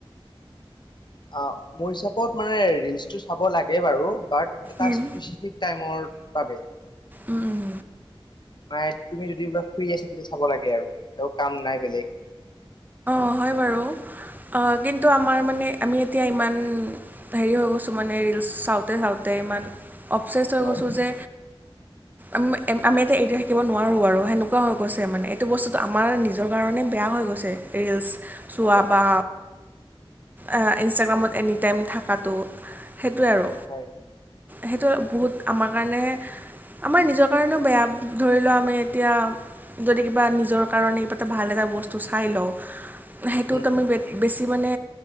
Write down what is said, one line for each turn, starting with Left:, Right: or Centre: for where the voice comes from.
Left: অ মোৰ হিচাপত মানে ৰিলচটো চাব লাগে বাৰু বাত এটা
Right: উম,
Left: স্পেচিফিক টাইমৰ বাবে
Right: উম উম
Left: নাই তুমি যদি বা ফ্ৰী আছা তেতিয়া চাব লাগে আৰু আৰু কাম নাই বেলেগ।
Right: অ হয় বাৰু। অ কিন্তু আমাৰ মানে আমি এতিয়া ইমান হেৰি হৈ গৈছোঁ মানে ৰিলচ চাওঁতে চাওঁতে ইমান
Left: উম,
Right: অবচেছ হৈ
Left: হয়
Right: গৈছোঁ যে উম এম আম আমি এতিয়া এইদি থাকিব নোৱাৰোঁ আৰু সেনেকুৱা হৈ গৈছে মানে
Left: উম,
Right: এইটো বস্তুটো
Left: উম,
Right: আমাৰ নিজৰ কাৰণে বেয়া হৈ গৈছে। ৰিলচ
Left: উম,
Right: চোৱা
Left: একদম
Right: বা আ ইনষ্টাগ্ৰামত এনি টাইম থকাটো সেইটোৱে আৰু।
Left: উম, হয়
Right: সেইটো বহুত আমাৰ কাৰণে আমাৰ নিজৰ কাৰণেও বেয়া ধৰি লোৱা মে এতিয়া
Left: উম,
Right: যদি কিবা নিজৰ কাৰণে কিবা এটা ভাল এটা বস্তু চাই লওঁ। সেইটোত
Left: উম,
Right: আমি বে বেছি মানে